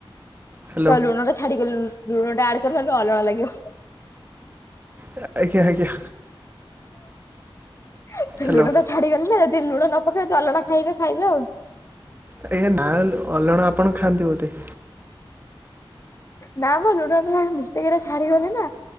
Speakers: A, on the right; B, on the left.
A: ହ୍ୟାଲୋ
B: ତ ଲୁଣ ଟା ଛାଡି ଗଲି ଲୁଣ ଟା ଆଡ କରିବାନ୍ତୁ ଅଲଣା ଲାଗିବ।
A: ତ ଆଜ୍ଞା ଆଜ୍ଞା।
B: ହ୍ଯାଲୋ
A: ହ୍ୟାଲୋ
B: ଲୁଣ ଟା ଛାଡିଗଲି ନା ଯଦି ଲୁଣ ନ ପକେଇବେ ଅଲଣା ଖାଇବେ ଖାଇବେ ଆଉ।
A: ଆଜ୍ଞା ନାଲୋ ଅଲଣା ଆପଣ ଖାଆନ୍ତି ବୋଧେ?
B: ନା ମୁଁ ଲୁଣ ମୁଁ ମିସ୍ଟେକରେ ଛାଡିଗଲି ନା